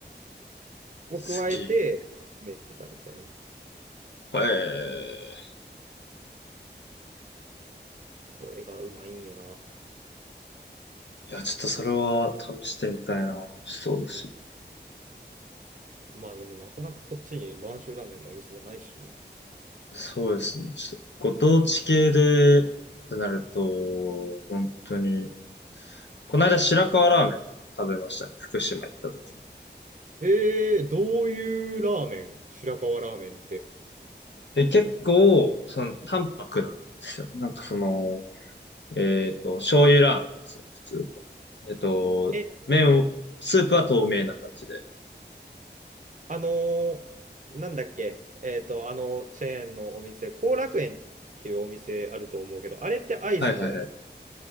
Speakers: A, on the right; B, on the left.
A: を加えてめめたみたいな。
B: すげえ。ええ
A: これがうまいんよ
B: いや、ちょっとそれは試してみたいな。美味しそうだし。
A: な。まあでもなかなかこっちに播州ラーメンのお店もないしな。
B: そうですね。ちょっとご当地系でってなると、本当に、この間白河ラーメン食べましたね。福島行った時に。
A: えー、どういうラーメン白河ラーメンって。
B: で、結構、その、淡白なんですよね。なんかその、えっと、醤油ラーメンですね。普通の。えっと、
A: え
B: 麺を、スープは透明な感じで。
A: あのーなんだっけ、えっと、あのチェーンのお店、後楽園っていうお店あると思うけど、あれって会津の
B: はいはいはい。